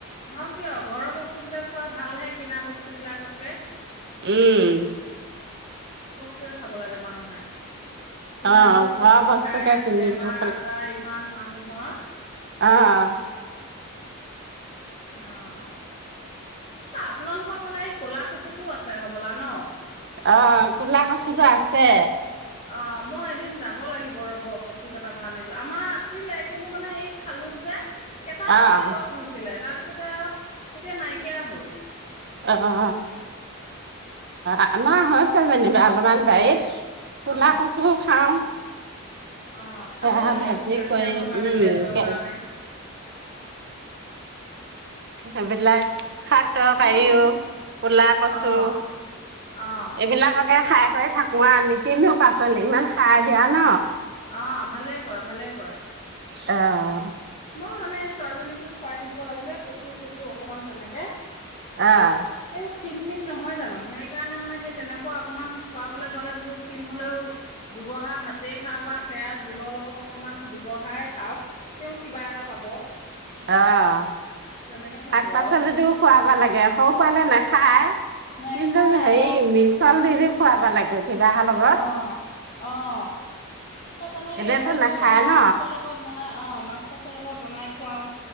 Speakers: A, on the left; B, on the right.
A: ভক দিয় ঘৰৰ বস্তু। বস্তু কেইটা খোৱা ভাল হে কিনা বস্তুবলাকতকে।
B: উম।
A: য়ে খাব লাগে মানুহে। কিনাবোৰ
B: অ', ঘৰৰ
A: সেইবোৰ
B: বস্তুকে
A: খাই
B: কিনি
A: বেমাৰ
B: গৈ
A: আজাৰ ইমান মানুহৰ।
B: অ'হ।
A: অ'হ আপোনালোকৰ ফালে এই ক'লা কচুটো আছে হবলা ন।
B: অ কোলা কচুটো আছে।
A: অ মই এদিন যাব লাগিব। ৰ'ব কচু কেইটামান আনিবলৈ আমাৰ আছিলে কিন্তু মানে এই খালো। যে কেইটামানহে
B: অ', অ',
A: গছ ৰুইছিলে তাৰ পিছত। তছতে আৰু এতিয়া নাইকিয়া হ'ল।
B: অ অ আমাৰ হৈছে যেনিবা অলপমান বাৰীত। কোলা
A: অ
B: কছো খাওঁ।
A: অ খাব
B: সেয়া
A: লাগে
B: ভাজি
A: এইবোৰ কেলচিয়ামৰ
B: কৰি
A: কাৰণে
B: উম,
A: তেজৰ কাৰণে।
B: আবিল হট। পও
A: মই
B: কলা কচু
A: অ', অ',
B: এইবিলাককে খাই। থাকোৱা আ নিকিনো পাচলি ইমান সাৰ দিয়া ন
A: অ' ভালে কৰে ভালে কৰে।
B: অ'।
A: মই মানে ছোৱালীজনীকো পাই থাকিব লাগে যে কচু চফু অকমান তেনেকে
B: আহ।
A: ক্ষণমিন নহয় জানো সেইকাৰণে মানে সেই তেনেক অকণমান খোৱাবলৈ পালে বোলো ক্ষীণ হলেও দুগহা ভাতেই খাওক বা সেয়া জোলৰ লগত অকমান দুগহাই খাওক তেওঁ কিবা এটা পাব।
B: আহ।
A: তেনেকে ভাবো
B: শাক পাচলিতোও
A: আৰু।
B: খুৱাবা লাগে সৰু পোৱালে নাখ হা
A: নেখায়
B: কিল দে হেই মিচাল দ দে খুৱাবা লাগে কিবাহৰ লগত
A: আহ আহ। সেই তেনেকে
B: এনেতো
A: কেতিয়াবা
B: নাখায়
A: সেই মাছ
B: ন
A: চাছৰ লগত বনাই অ' মাছ চাছ <inaudible> লগত বনাই খুৱাও